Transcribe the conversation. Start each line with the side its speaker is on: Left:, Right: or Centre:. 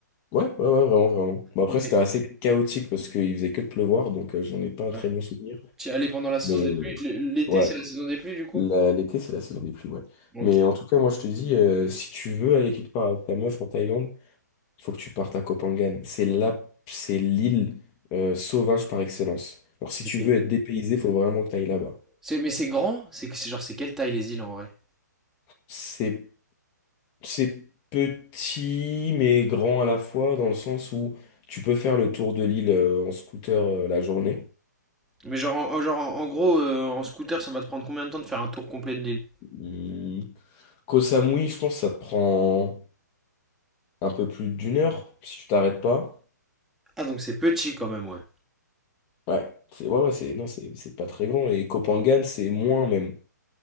Left: Ouais, ouais, ouais, vraiment, vraiment. Bah, après,
Centre: Ok.
Left: c'était assez chaotique parce qu'il faisait que de pleuvoir, donc euh, j'en ai pas un
Centre: Ouais.
Left: très bon souvenir.
Centre: Tu y allais pendant la saison
Left: Mais
Centre: des pluies? L- L'été,
Left: ouais,
Centre: c'est la saison des pluies, du coup?
Left: La- L'été, c'est la saison des pluies, ouais.
Centre: Ok.
Left: Mais en tout cas, moi, je te dis, euh, si tu veux aller quelque part avec ta meuf en Thaïlande, il faut que tu partes à Koh Phangan. C'est là, c'est l'île euh, sauvage par excellence. Alors, si
Centre: Ok.
Left: tu veux être dépaysé, faut vraiment que tu ailles là-bas.
Centre: C'est, mais c'est grand? C'est que c'est genre, c'est quelle taille les îles en vrai?
Left: C'est, c'est petit, mais grand à la fois, dans le sens où tu peux faire le tour de l'île euh, en scooter euh, la journée.
Centre: Mais genre, en, en- genre, en, en gros, euh, en scooter, ça va te prendre combien de temps de faire un tour complet de l'île?
Left: Hum, Koh Samui, je pense que ça te prend un peu plus d'une heure, si tu t'arrêtes pas.
Centre: Ah, donc c'est petit quand même, ouais.
Left: Ouais, c'est ouais, ouais, c'est non, c'est c'est pas très grand. Et Kopangan, c'est moins même.